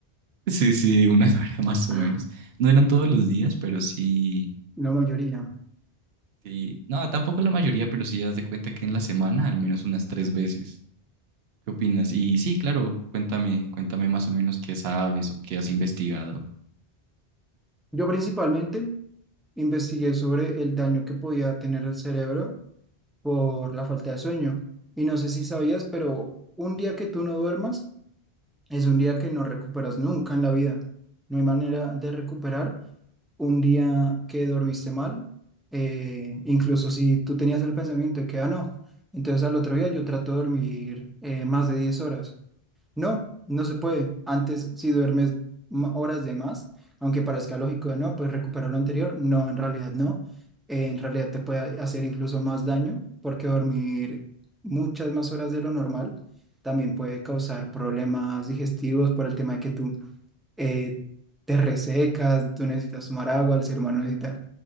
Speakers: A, on the right; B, in the centre.
A: sí, sí, una <laughs> hora más
B: ¡ah!
A: o menos. No eran todos los días, pero sí,
B: la mayoría.
A: sí, no, tampoco la mayoría, pero sí das de cuenta que en la semana al menos unas tres veces. ¿Qué opinas? Y sí, claro, cuéntame, cuéntame más o menos qué sabes o qué has investigado.
B: Yo principalmente investigué sobre el daño que podía tener el cerebro por la falta de sueño. Y no sé si sabías, pero un día que tú no duermas es un día que no recuperas nunca en la vida. No hay manera de recuperar un día que dormiste mal, eh, incluso si tú tenías el pensamiento de que, ah, no, entonces al otro día yo trato de dormir eh, más de 10 horas. No, no se puede. Antes, si duermes ma- horas de más, aunque parezca lógico, no, pues recuperar lo anterior. No, en realidad no. Eh, en realidad te puede hacer incluso más daño porque dormir muchas más horas de lo normal también puede causar problemas digestivos por el tema de que tú eh, te resecas, tú necesitas tomar agua, el ser humano necesita